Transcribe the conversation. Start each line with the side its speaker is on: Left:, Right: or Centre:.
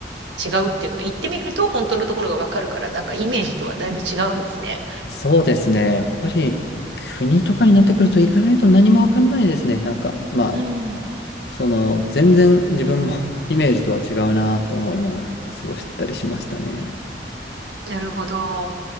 Right: 違うっていうか、行ってみると本当のところがわかるから、なんかイメージとはだいぶ違うんですね。
Left: そうですね。やっぱり国とかになってくると行かないと何もわかんないですね。なんか、まあ、
Right: うん。
Left: その、全然自分も <laughs> イメージとは違うなって思いながら過ごしてたりしましたね。
Right: なるほど。